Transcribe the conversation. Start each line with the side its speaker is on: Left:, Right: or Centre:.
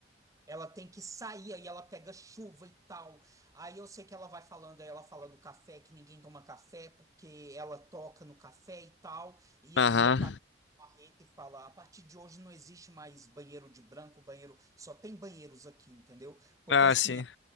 Right: Ela tem que sair, aí ela pega chuva e tal. Aí eu sei que ela vai falando, aí ela fala do café, que ninguém toma café, porque ela toca no café e tal. E
Left: Aham.
Right: aí o carrete fala: a partir de hoje não existe mais banheiro de branco, banheiro, só tem banheiros aqui, entendeu? Porque
Left: Ah,
Right: assim,
Left: sim.
Right: a